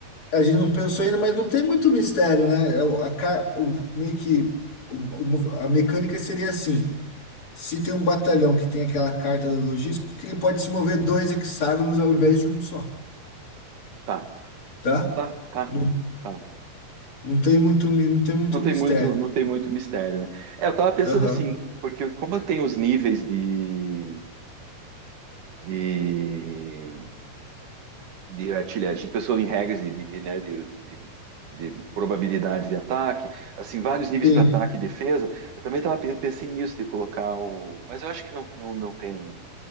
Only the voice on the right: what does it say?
Tá,
tá, tá,
tá.
Não
tem muito, não tem muito mistério, né? É, eu tava pensando
assim, porque como tem os níveis de, de, de artilharia, a gente pensou em regras de, de, de, né, de- de- de probabilidade de ataque, assim, vários níveis
para ataque e defesa. Eu também tava, pe- pensei nisso, de colocar o. Mas eu acho que não, não, não tem.